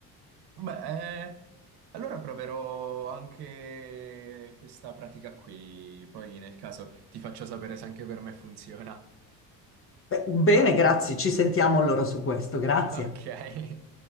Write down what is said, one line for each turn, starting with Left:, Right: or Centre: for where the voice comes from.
Right: Beh, eh, allora proverò anche questa pratica qui, poi nel caso ti faccio sapere se anche per me funziona.
Left: beh, bene, grazie, ci sentiamo allora su questo, grazie.
Right: <laughs> Ok.